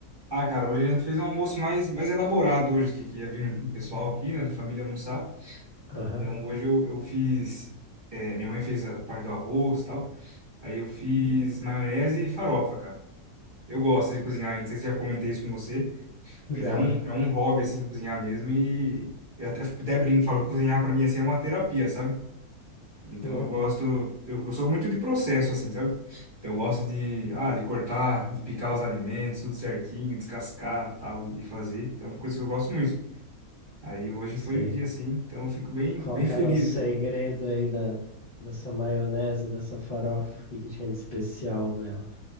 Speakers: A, on the right; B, on the left.
A: Ah, cara, hoje a gente fez um almoço mais, mais elaborado hoje, que, que ia vir o pessoal aqui, né, da família almoçar.
B: Aham,
A: Então hoje eu, eu fiz, é, minha mãe fez a parte do arroz e tal, aí eu fiz maionese e farofa, cara. Eu gosto de cozinhar, não sei se já comentei isso com você,
B: já.
A: mas é um, é um hobby, assim, cozinhar mesmo e eu até, até brinco, falo, cozinhar pra mim, assim, é uma terapia, sabe? Então
B: Uhum,
A: eu gosto, eu, eu sou muito de processo, assim, sabe? Então eu gosto de, ah, de cortar, de picar os alimentos, tudo certinho, descascar, tal, e fazer. Então é uma coisa que eu gosto muito. Aí hoje
B: sei.
A: foi o dia, assim, então eu fico bem,
B: Qual
A: bem
B: que
A: feliz.
B: era o segredo aí da, dessa maionese, dessa farofa? O que que tinha de especial nela?